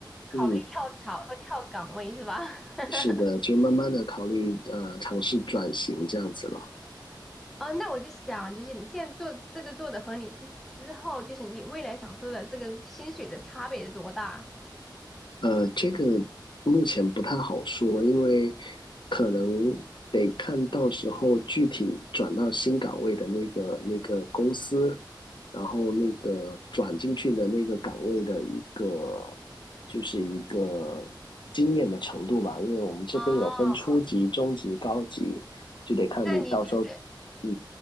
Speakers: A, in the centre; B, on the left.
A: 考虑跳槽和跳岗位是吧？
B: 嗯，
A: <laughs>
B: 是的，就慢慢的考虑，呃，尝试转型这样子了。
A: 哦，那我就想，就是你现在做这个做的和你之之后，就是你未来想做的这个薪水的差别是多大？
B: 呃，这个目前不太好说，因为可能得看到时候具体转到新岗位的那个那个公司，然后那个转进去的那个岗位的一个就是一个经验的程度吧，因为我们这边有分初级、
A: 哦，
B: 中级、高级，就得看你到时候，
A: 那你就是。
B: 嗯，